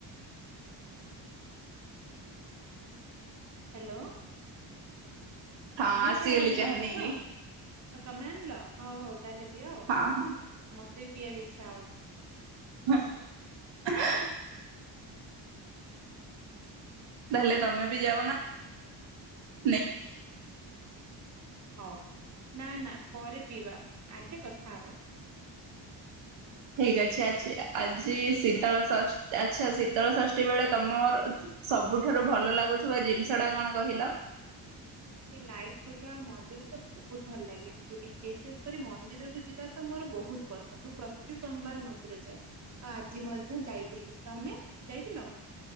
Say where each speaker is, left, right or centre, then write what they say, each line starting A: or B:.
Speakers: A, on the right (about 35°); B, on the right (about 75°).
A: ହେଲୋ।
B: ହଁ
A: ମୁଁ
B: ଆସିଗଲି
A: ଚା ବନେଇକି
B: ଚାହା
A: ଆଣିବି
B: ନେଇକି।
A: ତ? ତମେ ଆଣିଲ? ତାହେଲେ ଦିଅ
B: ହଁ ହଁ
A: ମତେ । ସେ ପି ବାକୁ ଇଚ୍ଛା ହଉଚି।
B: ହ <unintelligible> ତାହେଲେ ତମେ ବି ଯାଉନ ନେ
A: ହଉ ନା ନା ପରେ ପିଇବା ଆଗେ କଥା ହବା।
B: ଠିକ ଅଛି ଆଛି ଆଜି ଶୀତଳ ଷଷ୍ଠ ଆଚ୍ଛା ଶୀତଳ ଷଷ୍ଠୀ ବେଳେ ତମର ସବୁଠାରୁ ଭଲ ଲାଗୁଥିବା ଜିନିଷ ଟା କଣ କହିଲ?
A: ମତେ ଲାଇଟ୍ ସଜେଇବା ଆଉ ମନ୍ଦିର ସ ବହୁତ ଭଲ ଲାଗେ ବି ବି ବିଶେଷ କରି ମନ୍ଦିରକୁ ଯିବା ତ ମୋର ବହୁତ ପସନ୍ଦ ମୁଁ ପ୍ରତି ସୋମବାର ମନ୍ଦିର ଯାଏ ଆଉ ଆଜି ମଧ୍ୟ ଯାଇଥିଲି ତମେ ଯାଇଥିଲ।